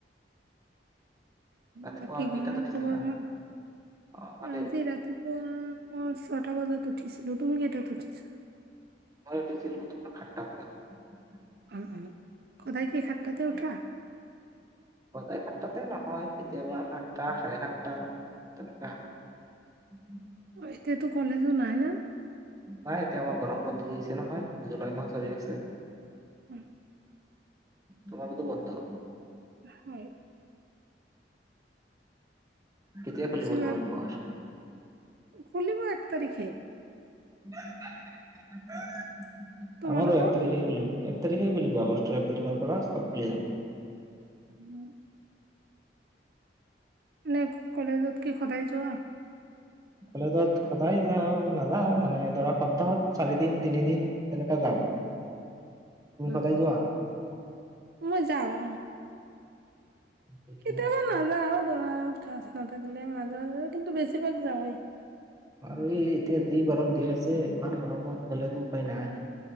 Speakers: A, on the right; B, on the right.
A: ৰাতিপুৱা
B: বাকী
A: কেইটাত
B: ঘৰৰ
A: উঠিছিলা?
B: খবৰ ভাল
A: অ ভালেই।
B: আজি ৰাতিপুৱা। মই ছটা বজাত উঠিছিলো তুমি কেইটাত উঠিছা।
A: মই উঠছিলো তোমাৰ সাতটা বজাত
B: উ উ সদায় কি সাতটাতে উঠা
A: সদায় সাতটাতে নহয় কেতিয়াবা সাতটা চাৰে সাতটা তেনেককা উ
B: এতিয়াতো কলেজো নাই না।
A: নাই এতিয়া আমাৰ গৰম বন্ধু দিছে নহয় জুলাই মাহ চলি আছে।
B: হয়।
A: তোমাৰটোতো বন্ধ।
B: হয়
A: কেতিয়া খুলিব
B: পিছত
A: তোমালোকৰ?
B: খুলিব এক তাৰিখে।
A: আমাৰো
B: তোমালোকৰ?
A: এক তাৰিখে খুলিব। তাৰিখে খুলিব আগষ্টৰ এক তাৰিখৰ পৰা চব খুলি যাব।
B: উম নে কলেজত কি সদায় যোৱা।
A: কলেজত সদায় যাওঁ নাযাও মানে ধৰক সপ্তাহত চাৰিদিন তিনিদিন তেনেকা যাওঁ। <inaudible> তুমি
B: উম
A: সদায় যোৱা
B: মই যাওঁ অ।
A: ঠিকে
B: কেতিয়াবা
A: আছে
B: নাযাও ধৰা ক্লাছ নাথাকিলে মাজে মাজে কিন্তু বেছিভাগ যাওঁৱেই।
A: আৰু এই এতিয়া যি গৰম দি আছে ইমান গৰমত গ'লেতো উপায় নাই।